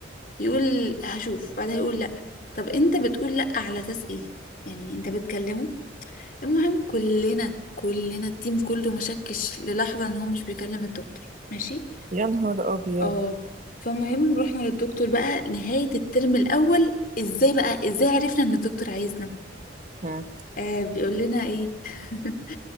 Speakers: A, on the left; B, on the right.
A: يقول هشوف بعدها يقول لا طب انت بتقول لا على اساس ايه يعني انت بتكلمه المهم كلنا كلنا التيم كله ما شكش للحظه ان هو مش بيكلم الدكتور ماشي
B: يا نهار ابيض
A: اه فالمهم رحنا للدكتور بقى نهايه الترم الاول ازاي بقى ازاي عرفنا ان الدكتور عايزنا
B: م.
A: آه بيقول لنا ايه <laughs>